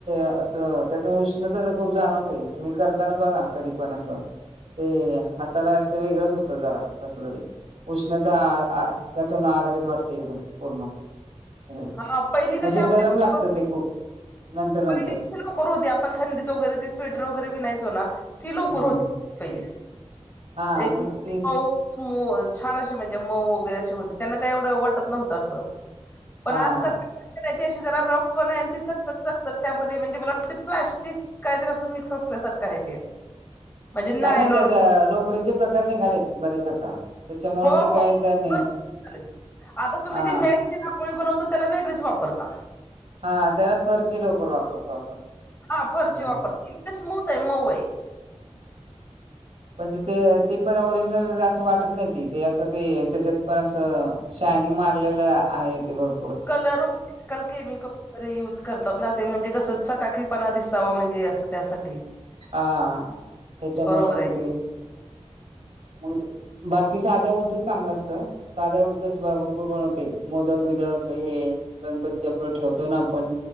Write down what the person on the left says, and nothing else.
हा पहिली कशी आपली
पहिली लोकर होते आपण थंडीत वगैरे ते स्वेटर वगैरे विनायचो ना ती लोकर
होती पहिली
एक
छान अशी म्हणजे मऊ वगैरे असशी होते त्यांना काही एवढं वाटत नव्हतं असं पण
आजकाल अशी जरा रफ पण त चकचक चकचक त्यामध्ये म्हणजे मला प्लास्टिक काहीतरी अस मिक्स असल्या तर काय ते म्हणजे नायलॉन
हो
हो
भरपूर चालेत आता तुम्ही
ती मेळ पोळी बनवता त्याला वेगळीच वापरता
हा फर्ची
वापरते के स्मूथ आहे मऊ आहे
कलर कल केमिकल तर यूज करतात ना ते म्हणजे कसंचा चकाकीपणा दिससावा म्हणजे असं त्यासाठी
बरोबर आहे